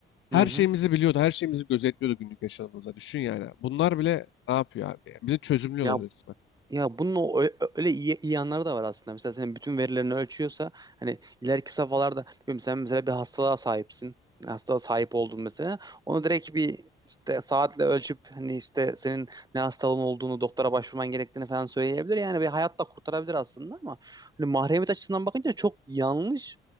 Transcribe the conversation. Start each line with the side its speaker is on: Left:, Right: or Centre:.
Left: Her
Right: Hı hı.
Left: şeyimizi biliyordu, her şeyimizi gözetliyordu günlük yaşamımıza. Düşün yani. Bunlar bile ne yapıyor abi? ya? Bizi çözümlüyorlar
Right: Ya
Left: resmen.
Right: Ya bunun o, ö- öyle iyi, iyi yanları da var aslında. Mesela senin bütün verilerini ölçüyorsa hani ileriki safhalarda bilmiyorum, sen mesela bir hastalığa sahipsin. Hastalığa sahip oldun mesela. Onu direkt bir işte saatle ölçüp hani işte senin ne hastalığın olduğunu, doktora başvurman gerektiğini falan söyleyebilir. Yani bir hayat da kurtarabilir aslında ama hani mahremiyet açısından bakınca çok yanlış.